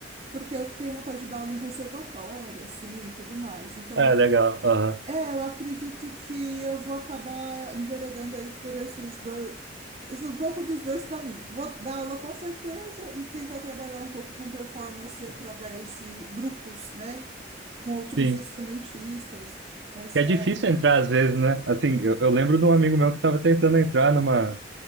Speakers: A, on the right; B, on the right.
A: porque eu tenho vontade de dar aula em conservatório, assim, e tudo mais. Então,
B: É, legal. aham,
A: é, eu acredito que eu vou acabar enveredando aí por esses dois, esse, um pouco dos dois caminhos. Vou dar aula com certeza e tentar trabalhar um pouco com performance através de grupos, né? Com outros
B: Sim.
A: instrumentistas. Essa...
B: Que é difícil entrar às vezes, né? Assim, eu, eu lembro de um amigo meu que estava tentando entrar numa.